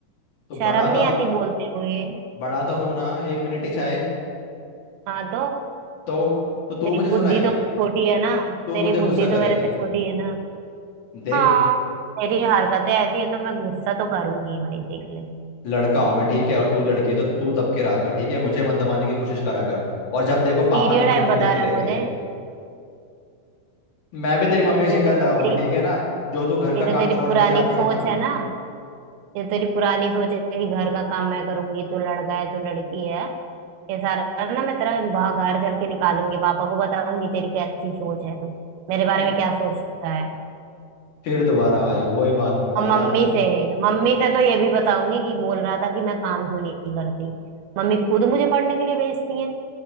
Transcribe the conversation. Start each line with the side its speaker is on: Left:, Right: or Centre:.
Left: तो बड़ा
Right: शर्म नहीं
Left: तो
Right: आती बोलते हुए
Left: बड़ा तो हूं ना एक मिनट ही चाहे
Right: हाँ तो
Left: तो तो तू
Right: तेरी
Left: मुझे
Right: बुद्धि
Left: सुनाएगी
Right: तो छोटी है ना
Left: तू
Right: तेरी
Left: मुझे
Right: बुद्धि
Left: गुस्सा
Right: तो
Left: करेगी
Right: मेरे से छोटी है ना
Left: देख
Right: हाँ तेरी हरकतें ऐसी है तो मैं गुस्सा तो करूंगी भाई देख ले
Left: लड़का हूं मैं ठीक है और तू लड़की है तो तू दब के रहा कर ठीक है मुझे मत दबाने की कोशिश करा कर और जब देखो
Right: स्टीरियोटाइप
Left: पापा की धमकी
Right: बता
Left: देती
Right: रहा है
Left: रहती
Right: मुझे
Left: है मैं भी तेरी मम्मी
Right: ये
Left: से शिकायत
Right: जो तो
Left: लगाऊंगा
Right: तेरी
Left: ठीक है ना जो तू घर का
Right: ये जो
Left: काम
Right: तेरी
Left: छोड़
Right: पुरानी
Left: के जाती है
Right: सोच
Left: ना
Right: है ना ये तेरी पुरानी सोच है कि घर का काम मैं करूंगी तू लड़का है तू लड़की है ये सारा ना मैं तेरा बाहर घर चल के निकालूंगी पापा को बताऊंगी तेरी कैसी सोच है तू मेरे बारे
Left: अ,
Right: में क्या सोचता है
Left: फिर दोबारा भाई वही बात भाई
Right: और
Left: यार
Right: मम्मी से मम्मी से तो ये भी बताऊंगी कि बोल रहा था कि मैं काम क्यों नहीं करती मम्मी खुद मुझे पढ़ने के लिए भेजती है